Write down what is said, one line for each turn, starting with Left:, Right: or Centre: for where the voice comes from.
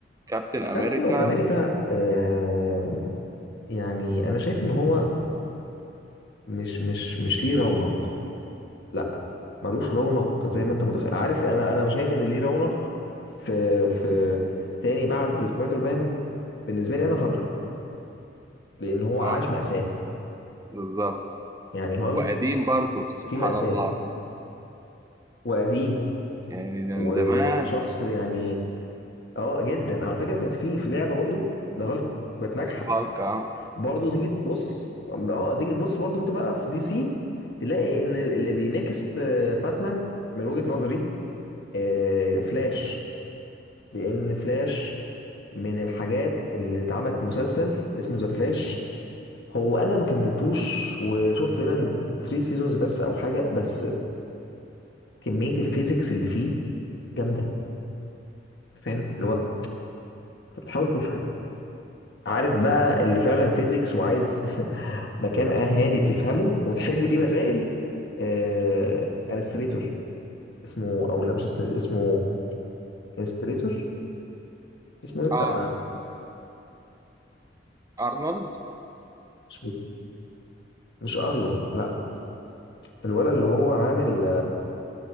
Right: كابتن أمريكا
Left: كابتن اوف امريكا آه يعني انا شايف ان هو مش مش مش ليه رونق لا ملوش رونق زي ما انت متخيل عارف انا انا شايف ان ليه رونق في في تاني بعد سبايدر مان بالنسبه لي انا هالك لان هو
Right: اه
Left: عاش مأساة
Right: بالظبط
Left: يعني هالك
Right: وقديم برضه سبحان
Left: في مأساة
Right: الله
Left: وقديم
Right: يعني ده
Left: وشخص
Right: من زمان
Left: يعني اه جدا على فكره كانت في في لعبه برضو ده هالك وكانت ناجحه
Right: الهالك اه
Left: برضو تيجي تبص اه تيجي تبص برضو انت بقى في دي سي تلاقي ان اللي بينافس آه، باتمان من وجهه نظري آه، فلاش لان فلاش من الحاجات اللي اتعملت مسلسل اسمه ذا فلاش هو انا ما كملتوش وشفت تقريبا 3 سيزونز بس او حاجه بس كميه الفيزيكس اللي فيه جامده فاهم اللي هو انت بتحاول تفهم عارف بقى اللي فعلا فيزيكس وعايز <laughs> مكان هادي تفهمه وتحل فيه مسائل آه... انستريتور اسمه او لا مش انستريتور اسمه انستريتور اسمه ايه بتاع
Right: اه أرنولد
Left: مش مش ارلون لا الولد اللي هو عامل